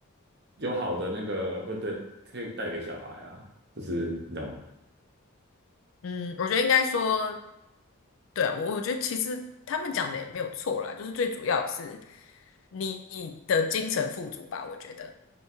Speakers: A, on the right; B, on the left.
A: 有好的那个会对可以带给小孩啊，就是你懂吗？
B: 嗯，我觉得应该说，对啊，我我觉得其实他们讲的也没有错啦，就是最主要的是你的精神富足吧，我觉得。